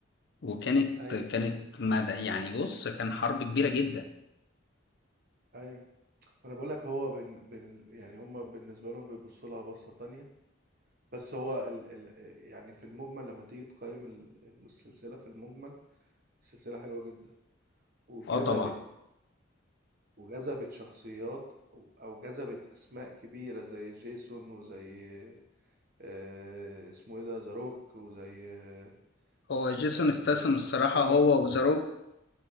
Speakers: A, on the left; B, on the right.
A: وكانت
B: ايوه
A: كانت مدى يعني بص كان حرب كبيرة جدا
B: ايوه انا بقول لك هو بن... بن... يعني هما بالنسبة لهم بيبصوا لها بصة تانية بس هو ال... ال... يعني في المجمل لما تيجي تقيم ال- السلسلة في المجمل السلسلة حلوة جدا وجذبت
A: اه طبعا
B: وجذبت شخصيات أو أو جذبت أسماء كبيرة زي جيسون وزي آه، اسمه إيه ده ذا روك وزي آه،
A: هو جيسون
B: آه،
A: استاسم
B: ف- آه، جون
A: الصراحة
B: سينا
A: هو وذا